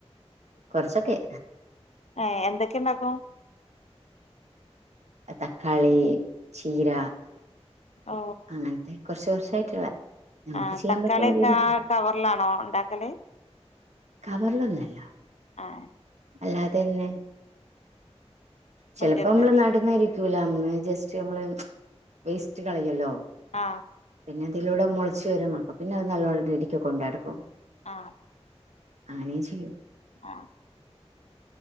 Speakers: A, on the right; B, on the left.
A: കുറച്ചൊക്കെ
B: ഏ എന്തൊക്കെ ണ്ടാക്കും
A: തക്കാളി ചീര
B: ഓ
A: അങ്ങനത്തെ കുറച്ച് കുറച്ചായിട്ടുള്ള നമുക്ക്
B: ആ
A: ചെയ്യാൻ
B: തക്കാളി
A: പറ്റുന്ന
B: ഒക്കെ
A: രീതിക്ക്
B: കവറിലാണോ ഇണ്ടാക്കല്
A: കവറിലൊന്നല്ല
B: ആഹ
A: അല്ലാതെ തന്നെ ചിലപ്പോ
B: മുറ്റത്ത്
A: നമ്മള് ന ട്ടന്നാരിക്കൂല ഉം ജസ്റ്റ് നമ്മള് വേസ്റ്റ് കളയല്ലോ
B: ആ
A: പിന്നെ അതിലൂടെ മുളിച്ച് വരും അപ്പ പിന്നെ അത് നല്ലോണ്ണംടിക്കൊക്കെ കൊണ്ടടക്കും
B: ആ
A: അങ്ങനെ ചെയ്യൂ
B: ആഹ